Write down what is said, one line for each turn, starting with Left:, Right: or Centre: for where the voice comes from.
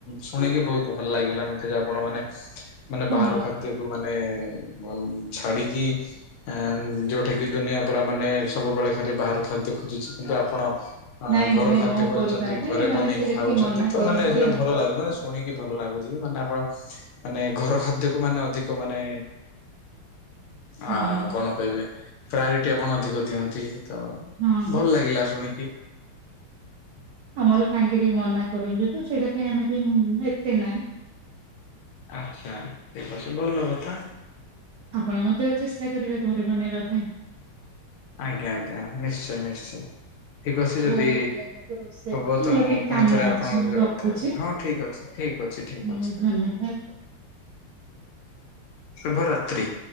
Left: ଶୁଣିକି ବହୁତ ଭଲ ଲାଗିଲା ମତେ ଯେ ଆପଣ ମାନେ ମାନେ
Right: ହଁ
Left: ବାହାର ଖାଦ୍ୟକୁ ମାନେ ଅ ଛାଡିକି ଆ ଯୋଉଟା କିି ଦୁନିଆ ପୁରା ମାନେ ସବୁବେଳେ ଖାଲି ବାହାରୁ ଖାଦ୍ୟ ଖୋଜୁଛି କିନ୍ତୁ ଆପଣ ଆ
Right: ନାଇଁ
Left: ଘର
Right: ମାନେ
Left: ଖାଦ୍ୟ
Right: ମୋ
Left: ଖୋଜୁଛନ୍ତି
Right: ପରିବାରରେ
Left: ଘରେ
Right: ମାନେ
Left: ବନେଇକି
Right: ସେଇଟା
Left: ଖାଉଛନ୍ତି
Right: ଟିକେ ମନା
Left: ତ
Right: କରନ୍ତି
Left: ମାନେ ସେଇଟା
Right: ଆଉ।
Left: ଭଲ ଲାଗୁଛି ମାନେ ଶୁଣିକି ଭଲ ଲାଗୁଛି ମାନେ ଆପଣ ମାନେ ଘର ଖାଦ୍ୟକୁ ମାନେ ଅଧିକ ମାନେ
Right: ହଁ
Left: ଆ କଣ କହିବେ ପ୍ରାୟୋରିଟି ଆପଣ ଅଧିକ ଦିଅନ୍ତି। ତ
Right: ହଁ
Left: ଭଲ ଲାଗିଲା ଶୁଣିକି।
Right: ଆମର ତାଙ୍କେ ଟିକେ ମନା କରନ୍ତି ତ ସେଇଟା ପାଇଁ ଆମେ ଟିକେ ଏତେ ନାହିଁ।
Left: ଆଚ୍ଛା ଠିକ ଅଛି ଭଲ କଥା।
Right: ଆପଣ ମଧ୍ୟ ଚେଷ୍ଟା କରିବେ ଘରେ ବନେଇବା ପାଇଁ।
Left: ଆଜ୍ଞା ଆଜ୍ଞା ନିଶ୍ଚୟ ନିଶ୍ଚୟ। ଠିକ ଅଛି ଯଦି
Right: ହଉ ହେଲେ ମୁଁ ତ ରୋଷେଇ
Left: ହବ
Right: କରୁଛି
Left: ତ
Right: ମୋର
Left: ମୁଁ
Right: ଟିକେ
Left: ପୁଣି
Right: କାମ
Left: ଥରେ ଆପଣଙ୍କ
Right: ଅଛି
Left: ସହିତ
Right: ମୁଁ ରଖୁଛି
Left: କଥା ହେବି ହଁ ଠିକ ଅଛି। ଠିକ ଅଛି ଠିକ
Right: ଧନ୍ୟବାଦ।
Left: ଅଛି ଶୁଭରାତ୍ରି।